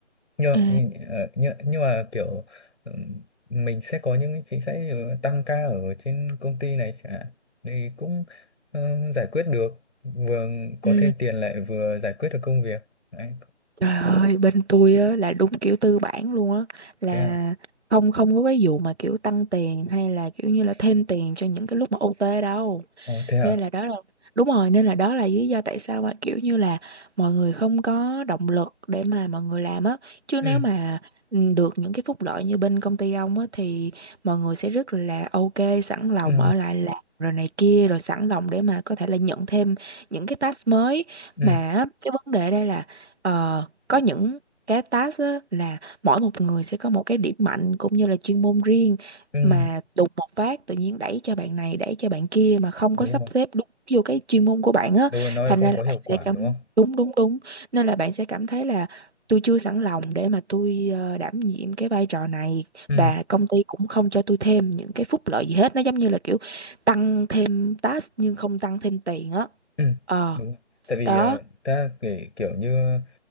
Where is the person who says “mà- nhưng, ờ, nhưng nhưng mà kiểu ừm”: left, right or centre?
Left